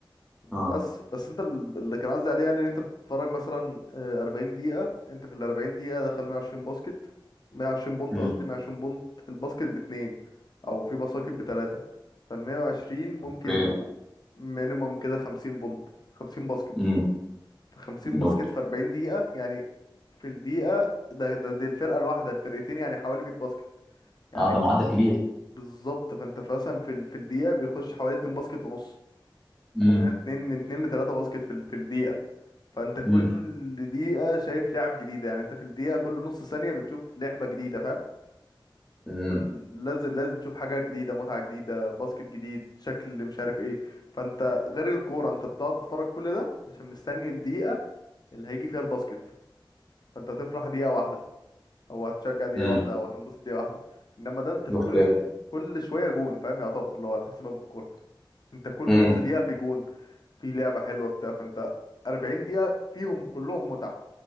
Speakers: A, in the centre; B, on the left.
A: اه
B: بس بس انت ال- اللي كان قصدي عليه يعني ان انت بتتفرج مثلا آه، 40 دقيقة انت في ال 40 دقيقة دخل 120 باسكت 120 بونت
A: امم
B: قصدي 120 بونت الباسكت باتنين او في باسكت بتلاتة فال 120 ممكن
A: اوكي
B: يبقوا مينيموم كده 50 بونت 50 باسكت
A: امم
B: في 50
A: نوك
B: باسكت في 40 دقيقة يعني في الدقيقة ده, ده دي الفرقة الواحدة الفرقتين يعني حوالي 100 باسكت يعني
A: اه ده
B: في
A: معدل كبير
B: بالظبط فانت مثلا في ال- في الدقيقة بيخش حوالي 2 باسكت ونص
A: امم
B: او يعني 2 من 2 ل 3 باسكت في ال- في الدقيقة فانت كل
A: امم
B: دقيقة شايف لعب جديدة يعني انت في الدقيقة كل نص ثانية بتشوف لعبة جديدة فاهم
A: امم
B: كل لازم لازم تشوف حاجة جديدة متعة جديدة باسكت جديد شكل مش عارف ايه فانت غير الكورة انت بتقعد تتفرج كل ده عشان مستني الدقيقة اللي هيجي فيها الباسكت فانت هتفرح دقيقة واحدة هو هتشجع دقيقة
A: امم
B: واحدة او هتنبسط دقيقة واحدة انما ده انت
A: اوكي
B: كل كل شوية جون فاهم يعتبر اللي هو هتحسبها بالكورة انت كل
A: امم
B: نص دقيقة في جون في لعبة حلوة بتاع فانت 40 دقيقة فيهم كلهم متعة